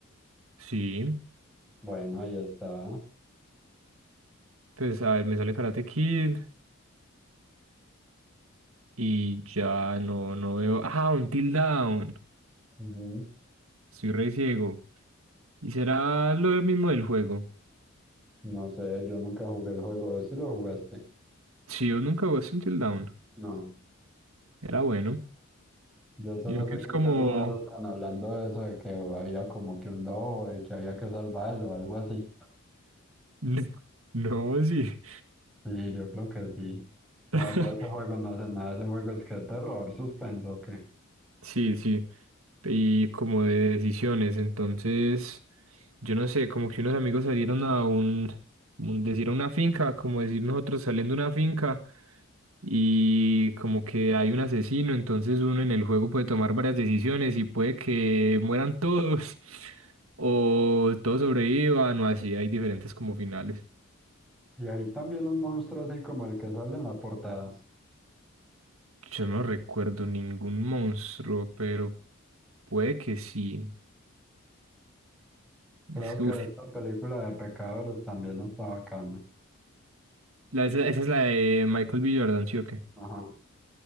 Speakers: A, on the right (about 85°); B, in the centre.
A: Sí,
B: Bueno, ahí está.
A: pues a ver, me sale Karate Kid y ya no, no veo. Ah, Until Dawn.
B: Ujú.
A: Soy re ciego. ¿Y será lo mismo del juego?
B: No sé, yo nunca jugué el juego. ¿Vos sí lo jugaste?
A: Sí, yo nunca jugué Until Dawn.
B: No.
A: Era bueno.
B: Yo solo
A: yo que
B: sé
A: es
B: que
A: como.
B: ustedes una vez estaban hablando de eso, de que había como que un lobo y que había que salvarlo o algo así.
A: <laughs> No, sí.
B: Sí, yo creo que sí. No,
A: <laughs>
B: yo de ese juego no sé nada. Ese juego es que terror, suspenso, ¿o qué?
A: Sí, sí, y como de decisiones, entonces, yo no sé, como que unos amigos salieron a un, un- decir a una finca, como decir nosotros saliendo a una finca, y como que hay un asesino, entonces uno en el juego puede tomar varias decisiones y puede que mueran todos, <laughs> o todos sobrevivan, o así, hay diferentes como finales.
B: Y hay también un monstruo así como el que sale en la portada.
A: Yo no recuerdo ningún monstruo, pero puede que sí.
B: Creo
A: Es que,
B: que
A: uf,
B: esta película de Pecadores también está bacana.
A: La- esa, esa es la de Michael B. Jordan, ¿sí o qué?
B: Ajá.